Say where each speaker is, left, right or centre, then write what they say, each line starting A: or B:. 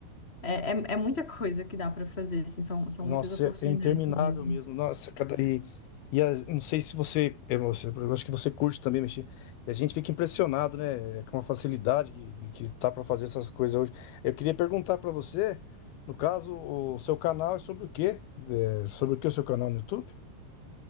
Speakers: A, on the left; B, on the left.
A: é, é é muita coisa que dá para fazer, assim, são, são
B: Nossa,
A: muitas oportunidades
B: é é interminável
A: mesmo.
B: mesmo. Nossa, cada. E, e a- não sei se você, é, você. Eu acho que você curte também mexer. E a gente fica impressionado, né? é, Com a facilidade que, que tá para fazer essas coisas hoje. Eu queria perguntar para você, no caso, o seu canal é sobre o quê? É, sobre o que o seu canal no YouTube?